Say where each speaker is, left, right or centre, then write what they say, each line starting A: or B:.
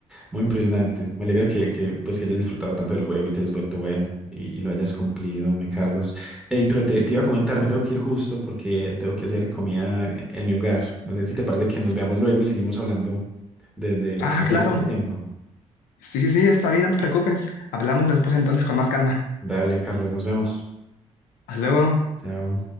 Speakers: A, in the centre; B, on the left.
A: muy impresionante. Me alegra que, que, pues, que hayas disfrutado tanto del juego y te hayas vuelto bueno y, y lo hayas cumplido, me Carlos. Ey, pero te, te iba a comentar, me tengo que ir justo porque tengo que hacer comida en mi hogar. No sé si te parece que nos veamos luego y seguimos hablando de, de lo
B: Ah,
A: que hemos
B: claro,
A: hecho este tiempo.
B: sí, sí, sí, está bien, no te preocupes, hablamos después entonces con más calma.
A: Dale, Carlos, nos vemos.
B: Hasta luego.
A: Chao.